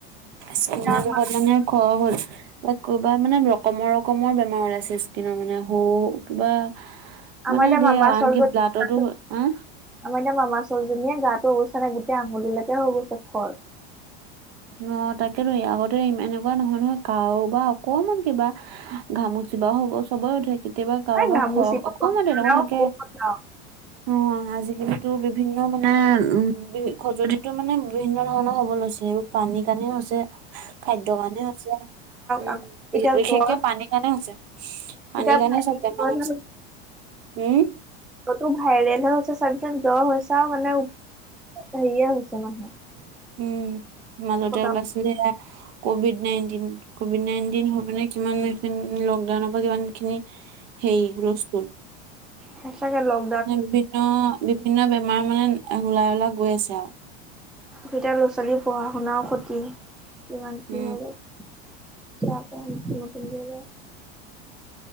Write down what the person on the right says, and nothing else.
স্কিনৰ এইটো
মানে খৰ হল। কিবা মানে ৰকমৰ ৰকমৰ বেমাৰ ওলাইছে স্কিনৰ মানে সৌ কিবা।
মানে
ধেৰ
আও আনকি
ব্লাডতো
হ
আঁ, তাকেতো আগতে এনেকুৱা নহয় নহয়। কাৰোবা অকমাণ কিবা ঘাঁমুচি বাও হব চবৰে উঠে। কেতিয়াবা কাৰোবাৰ
খৰ অকমাণ
তেনেকুৱা
থাকে।
অঁ আজিকালিতো বিভিন্ন মানে উম উ খজতিটো মানে বিভিন্ন ধৰণৰ হব লৈছে, এইবোৰ পানী কাৰণে হৈছে। খাদ্য কাৰণে হৈছে। উম
বি
বিশেষকে
পানীৰ কাৰণে হৈছে। পানীৰ
কাৰণে
চব বেমাৰ
হৈছে। উম
উম মাজতে
ওলাইছিলে এ কভিড নাইনটিন। কভিড নাইনটিন হৈ পিনে কিমান লকডাউনৰ পৰা কিমানখিনি সেই হুলস্থূল।
বিভিন্ন বিভিন্ন বেমাৰ মানে ওলাই ওলাই গৈ আছে আও।
উম,